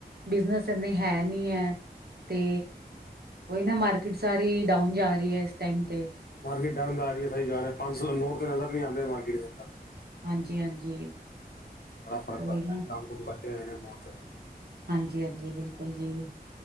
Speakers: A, on the right; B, on the left.
A: ਬਿਜਨਸ ਇੰਨੇ ਹੈ ਨੀ ਹੈ। ਤੇ। ਉਹੀ ਨਾ ਮਾਰਕੀਟ ਸਾਰੀ ਡਾਊਨ ਜਾ ਰਹੀ ਹੈ। ਇਸ ਟਾਈਮ ਤੇ।
B: ਮਾਰਕੀਟ ਡਾਊਂਨ ਜਾ ਰਹੀ ਹੈ। ਸਹੀ ਕਹਿ ਰਹੇ ਹਾਂ। ਪੰਜ ਸੌ ਦਾ ਨੋਟ ਤੇ ਨਜ਼ਰ ਨਹੀਂ ਆਉਂਦਾ ਮਾਰਕੀਟ ਦੇ ਅੰਦਰ।
A: ਹਾਂਜੀ ਹਾਂਜੀ।
B: ਬੜਾ ਫਰਕ
A: ਉਹੀ
B: ਪੈਂਦਾ
A: ਨਾ
B: ਕੰਮ ਕੁੰਮ ਕੱਟੇ ਹੋਏ ਨੇ ਬਹੁਤ।
A: ਹਾਂਜੀ ਹਾਂਜੀ ਬਿਲਕੁਲ ਜੀ।